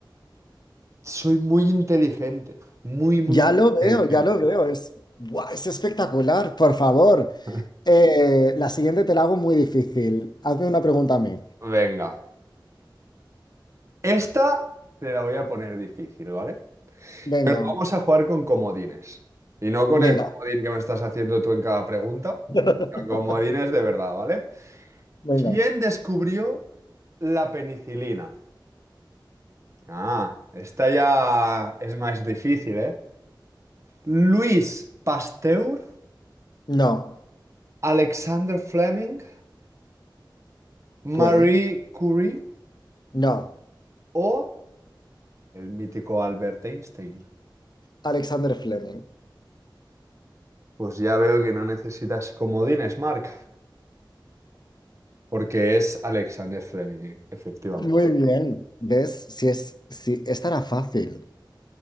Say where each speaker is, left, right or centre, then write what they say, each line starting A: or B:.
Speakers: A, on the right (about 35°); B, on the left (about 60°).
A: soy muy inteligente. Muy, muy,
B: Ya
A: muy
B: lo veo,
A: inteligente.
B: ya lo veo. Es, ¡buah! es espectacular. Por favor,
A: <laughs>
B: Eh, la siguiente te la hago muy difícil. Hazme una pregunta a mí.
A: Venga. Esta te la voy a poner difícil, ¿vale?
B: Venga,
A: Pero vamos a jugar con comodines. Y no con
B: venga,
A: el comodín que me estás haciendo tú en cada pregunta.
B: <laughs>
A: sino Comodines de verdad, ¿vale?
B: venga.
A: ¿Quién descubrió la penicilina? Ah, esta ya es más difícil, ¿eh? Luis Pasteur,
B: No,
A: Alexander Fleming, Marie
B: puede.
A: Curie
B: No,
A: o el mítico Albert Einstein.
B: Alexander Fleming.
A: Pues ya veo que no necesitas comodines, Mark, porque es Alexander Fleming, efectivamente.
B: Muy bien, ¿ves? Si es, si estará fácil,